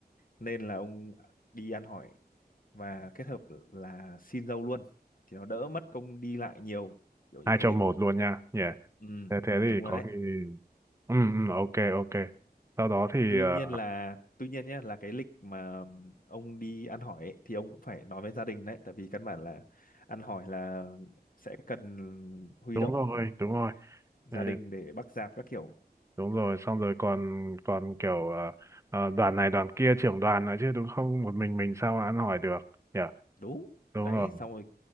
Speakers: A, on the left; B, on the right.
A: nên là ông đi ăn hỏi và kết hợp là xin dâu luôn thì nó đỡ mất công đi lại nhiều kiểu như
B: hai
A: thế
B: trong một luôn nha nhỉ
A: ừ
B: thế thế thì
A: đúng rồi
B: có
A: đấy
B: khi ừ ừ, ok ok sau đó thì
A: tuy
B: ờ,
A: nhiên là tuy nhiên nhé là cái lịch mà ông đi ăn hỏi ấy, thì ông cũng phải nói với gia đình đấy tại vì căn bản là ăn hỏi là sẽ cần huy
B: đúng
A: động
B: rồi đúng rồi
A: gia
B: ừ,
A: đình để bắt dạp các kiểu
B: đúng rồi xong rồi còn còn kiểu ờ, ờ, đoàn này đoàn kia trưởng đoàn nữa chứ đúng không một mình mình sao mà ăn hỏi được nhỉ
A: đúng
B: đúng
A: đấy
B: rồi
A: xong rồi